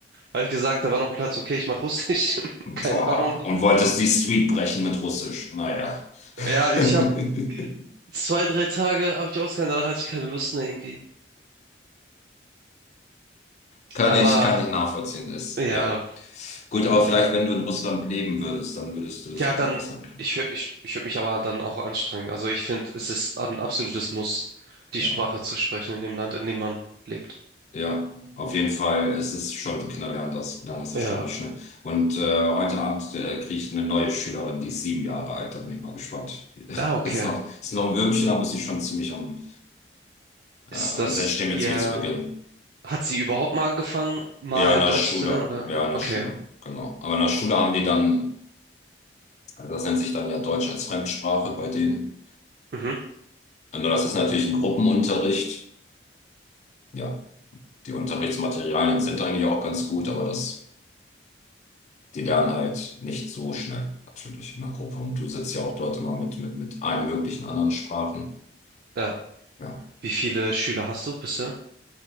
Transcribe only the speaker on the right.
Habe ich gesagt, da war noch ein Platz, okay, ich mache Russisch. <laughs>
Keine Ahnung warum.
Ja, ich
habe zwei, drei Tage habe ich ausgehalten, danach hatte ich keine Lust mehr irgendwie.
Aber
ja,
ja,
dann,
ich, wür- ich, ich würde mich aber dann auch anstrengen. Also ich finde, es ist ein absolutes Muss, die
Sprache zu sprechen in dem Land, in dem man lebt.
Ja.
Ah, okay.
Ist
das
ihr,
hat sie überhaupt mal angefangen, mal
Deutsch
zu lernen oder?
Okay.
Mhm.
Ja.
Wie viele Schüler hast du bisher